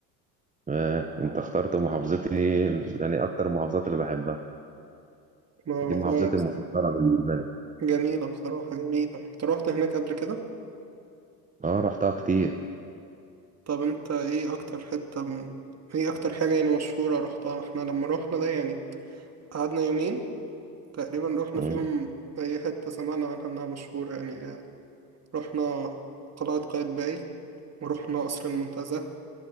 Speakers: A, on the right (about 15°); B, on the right (about 30°).
A: آه، انت اخترت محافظتي ال- يعني اكتر المحافظات اللي بحبها
B: ما
A: دي محافظتي
B: اه يا بصراحة
A: المفضله بالنسبه لي
B: جميلة بصراحة جميلة انت روحت هناك قبل كده
A: اه رحتها كتير
B: طب انت ايه اكتر حتة م- ايه اكتر حاجة يعني مشهورة روحتها احنا لما روحنا ده يعني قعدنا يومين تقريبا رحنا
A: مم.
B: في يوم أي حتة سمعنا عنها إنها مشهورة يعني رحنا قلعة قايتباي ورحنا قصر المنتزه